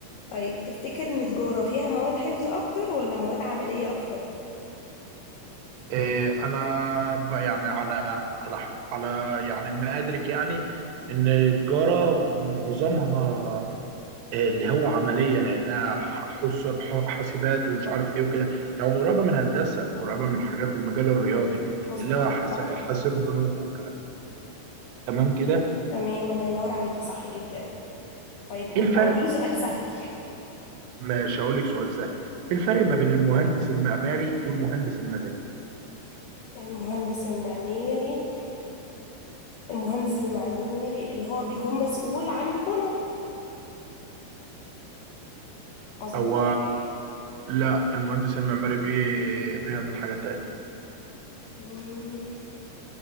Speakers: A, on the left (about 80°); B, on the right (about 85°).
A: طيب تفتكر ان تجارة فيها مواد حفظ اكتر ولا مواد عملية اكتر
B: إيه، انا ب- يعني على على على يعني ما ادرك يعني ان التجاره معظمها إيه، اللي هو عمليه لانها ح- حس ح- حاسبات ومش عارف ايه وكده يعني قريبه من هندسه قريبه من حاجات المجال الرياضي
A: مظبوط
B: اللي هو حس-
A: صح
B: حاسب بنوك والكلام تمام كده
A: تمام الله ينور عليك صح جدا طيب قول
B: ايه الفرق
A: بقى قولي سؤال سهل
B: مش هقول لك سؤال سهل ايه الفرق ما بين المهندس المعماري والمهندس المدني
A: المهندس المعماري المهندس المعماري اللي هو بيكون مسؤول عن البنى مظبوط
B: هو
A: ولا ايه
B: لا المهندس المعماري بي... بيعمل حاجه تانية
A: مم،